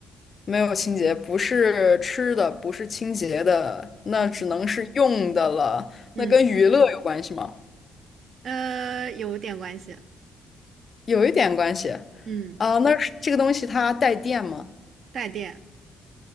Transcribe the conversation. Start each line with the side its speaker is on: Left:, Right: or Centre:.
Left: 没有清洁，不是吃的，不是清洁的，那只能是用的了。
Right: 嗯嗯，
Left: 那跟娱乐有关系吗？
Right: 呃，有点关系。
Left: 有一点关系。
Right: 嗯，
Left: 啊、那是这个东西它带电吗？
Right: 带电，